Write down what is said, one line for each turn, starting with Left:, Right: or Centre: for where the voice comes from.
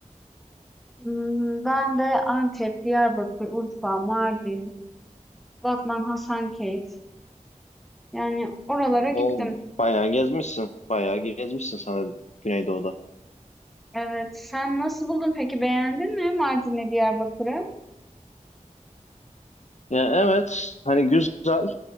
Centre: Hmm, Ben de Antep, Diyarbakır, Urfa, Mardin, Batman, Hasankeyf. Yani oralara
Left: O
Centre: gittim.
Left: bayağı gezmişsin. Bayağı gezmişsin sana Güneydoğu'da.
Centre: Evet. Sen nasıl buldun peki? Beğendin mi Mardin'le Diyarbakır'ı?
Left: Ya evet hani güzel